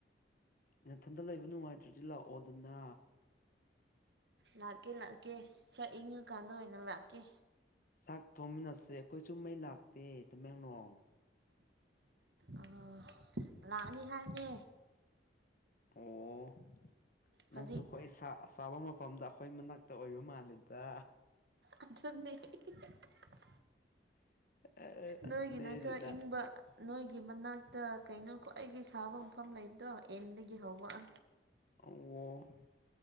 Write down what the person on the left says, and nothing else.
ꯅꯊꯟꯇ ꯂꯩꯕ ꯅꯨꯡꯉꯥꯏꯇ꯭ꯔꯗꯤ ꯂꯥꯛꯑꯣꯗꯅ
ꯆꯥꯛ ꯊꯣꯡꯃꯤꯟꯅꯁꯦ ꯑꯩꯈꯣꯏꯁꯨꯨ ꯃꯩ ꯂꯥꯛꯇꯦ ꯇꯃꯦꯡꯂꯣꯡ
ꯑꯣ ꯅꯪꯁꯨ
ꯑꯩꯈꯣꯏ ꯆꯥꯕ ꯃꯐꯝꯗ ꯑꯩꯈꯣꯏ ꯃꯅꯥꯛꯇ ꯑꯣꯏꯕ ꯃꯥꯜꯂꯤꯦꯗ
ꯑ ꯑꯗꯨ
ꯅꯔꯤꯅ
ꯑꯣ